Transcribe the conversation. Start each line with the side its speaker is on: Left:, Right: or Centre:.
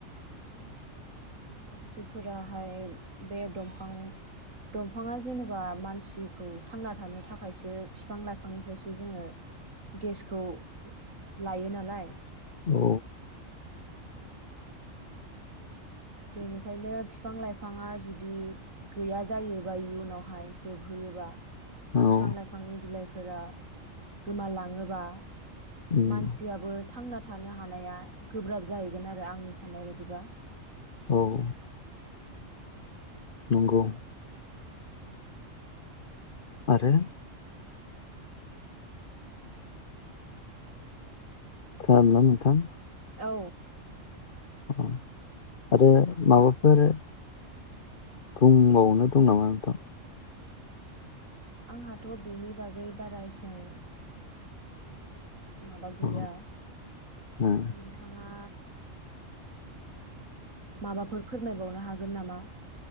Right: मानसिफोराहाय बे दंफां दंफाङा जेनेबा मानसिखौ थांना थानो थाखायसो बिफां लाइफांनिफ्रायसो जोङो गेसखौ लायो नालाय?
Left: औ
Right: बेनिखायनो फि फां लाइफाङा जुदि गैया जायोबा इयुनावहाय जोबहैयोबा बिफां
Left: औ
Right: लाइफांनि बिलाइफ फोरा गोमालां <unintelligible> बां
Left: उम
Right: मानसिआबो थांना थानो हानाया गोब्राब जाहैगोन आरो आंनि साननाय बायदिबा।
Left: औ नोंगौ आरो खालामला नोंथां
Right: औ
Left: अ आरो माबाफोर बुंबावनो दं नामा नोंथां?
Right: आंहाथ' बिनि बागै बारा एसां माबा गैया
Left: अ उम
Right: नोंथाङा माबाफोर फोरमायबावनो हागोन नामा?